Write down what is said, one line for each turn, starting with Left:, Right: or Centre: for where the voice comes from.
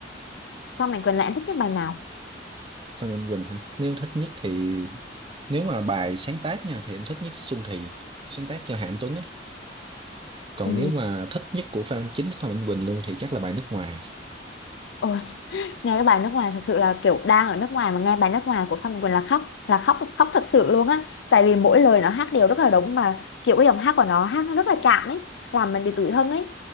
Left: Phan Mạnh Quỳnh là em thích nhất bài nào
Right: Phan Minh Quỳnh hả nếu thích nhất thì nếu mà bài sáng tác nha thì em thích nhất Xuân Thì sáng tác cho Hà Anh Tuấn á còn
Left: ừ.
Right: nếu mà thích nhất của Phan chính Phan Minh Quỳnh luôn thì chắc là bài nước ngoài
Left: Ôi, nghe cái bài nước ngoài thật sự là kiểu đang ở nước ngoài mà nghe bài nước ngoài của Phan Mạnh Quỳnh là khóc là khóc khóc thật sự luôn á tại vì mỗi lời nó hát đều rất là đúng mà kiểu cái giọng hát của nó hát nó rất là chạm ấy làm mình bị tủi thân ấy